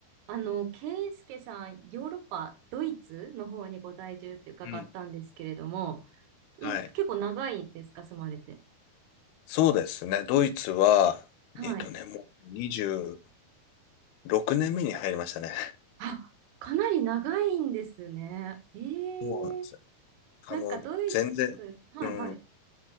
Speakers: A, on the right; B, on the left.
A: あの、ケイスケさん、ヨーロッパ、ドイツの方にご在住って伺ったんですけれども、
B: うん。
A: い、
B: はい。
A: 結構長いんですか、住まれて。
B: そうですね。ドイツは、
A: はい。
B: えっとね、もう26年目に入りましたね。
A: あ、かなり長いんですね。え
B: そうなんですよ。
A: え
B: あの、
A: なんかドイツ、
B: 全然、
A: はいはい。
B: うん、